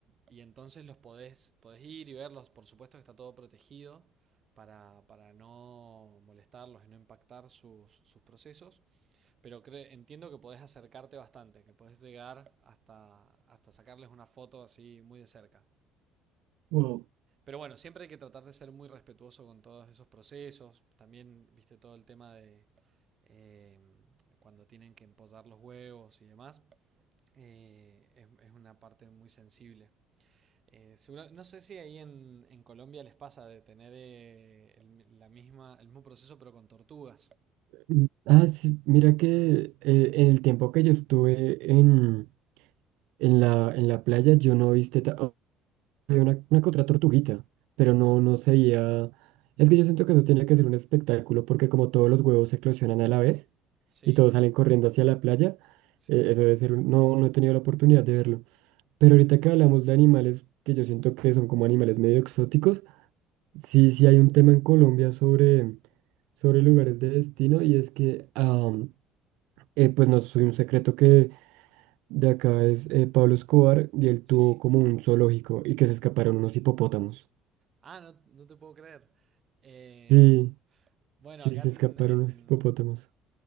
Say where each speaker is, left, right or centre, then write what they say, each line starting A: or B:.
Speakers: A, on the right (about 40°); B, on the right (about 80°).
A: y entonces los podés, podés ir y verlos, por supuesto que está todo protegido para, para no molestarlos y no impactar sus, sus procesos, pero cre- entiendo que podés acercarte bastante, que podés llegar hasta, hasta sacarles una foto así muy de cerca.
B: Wow.
A: Pero bueno, siempre hay que tratar de ser muy respetuoso con todos esos procesos. También, viste, todo el tema de eh, cuando tienen que empollar los huevos y demás. Eh, es, es una parte muy sensible. Eh, seguro- no sé si ahí en, en Colombia les pasa de tener eh, el, la misma, el mismo proceso pero con tortugas.
B: Mm, Ah, sí, mira que eh, en el tiempo que yo estuve en, en la, en la playa, yo no viste, había una, una que otra tortuguita, pero no, no se veía. Es que yo siento que eso tiene que ser un espectáculo, porque como todos los huevos se eclosionan a la vez
A: Sí,
B: y todos salen corriendo hacia la playa,
A: sí,
B: eh, eso debe ser un- No, no he tenido la oportunidad de verlo. Pero ahorita que hablamos de animales, que yo siento que son como animales medio exóticos, sí, sí hay un tema en Colombia sobre, sobre lugares de destino y es que, am, eh, pues no soy un secreto que de acá es eh, Pablo Escobar y él
A: sí.
B: tuvo como un zoológico y que se escaparon unos hipopótamos.
A: Ah, no, no te puedo creer. Eh,
B: Sí.
A: bueno,
B: Sí,
A: acá
B: se
A: en,
B: escaparon
A: en-
B: los hipopótamos.